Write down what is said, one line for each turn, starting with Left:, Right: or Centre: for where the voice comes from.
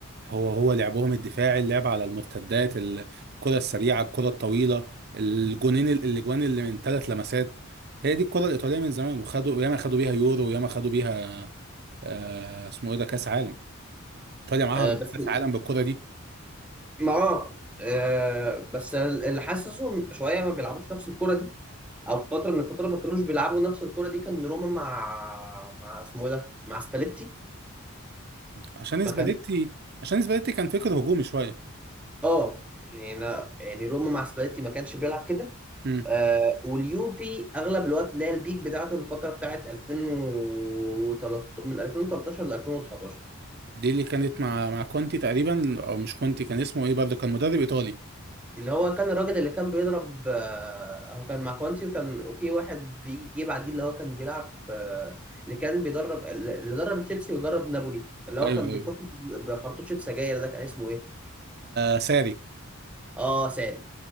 Right: هو هو لعبهم الدفاعي اللعب على المرتدات ال- الكره السريعه الكره الطويله الجونين ال- الاجوان اللي من ثلاث لمسات هي دي الكره الايطاليه من زمان وخدوا ياما خدوا بيها يورو وياما خدوا بيها آه اسمه ايه ده كاس عالم ايطاليا معاها
Centre: آه،
Right: أربع
Centre: بس
Right: كاس عالم بالكره دي،
Centre: ما آه آه، بس اللي حاسسهم شويه ما بيلعبوش نفس الكره دي او في فتره من الفترات ما كانوش بيلعبوا نفس الكره دي كان روما مع مع اسمه إيه ده مع سباليتي
Right: عشان
Centre: ما
Right: سباليتي
Centre: كان
Right: عشان سباليتي كان فكر هجومي شويه
Centre: اه يعني انا يعني روما مع سباليتي ما كانش بيلعب كده
Right: امم
Centre: آه واليوفي اغلب الوقت اللي هي البيك بتاعته الفتره بتاعت 2013 من 2013 ل 2019
Right: دي اللي كانت مع مع كونتي تقريبا او مش كونتي كان اسمه ايه برضه كان مدرب ايطالي
Centre: اللي هو كان الراجل اللي كان بيضرب آه، هو كان مع كوانتي وكان وفي واحد بيجي بعديه اللي هو كان بيلعب في اللي كان بيدرب اللي درب تشيلسي ودرب نابولي اللي هو
Right: ايوه
Centre: كان
Right: ايوه
Centre: بيخش بخرطوشة سجاير ده كان اسمه ايه؟
Right: الساري
Centre: اه ساري